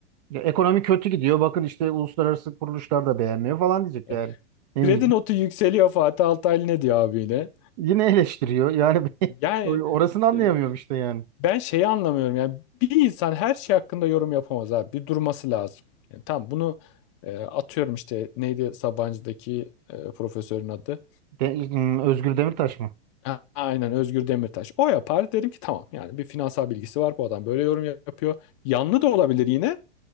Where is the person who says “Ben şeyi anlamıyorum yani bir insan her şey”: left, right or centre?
Left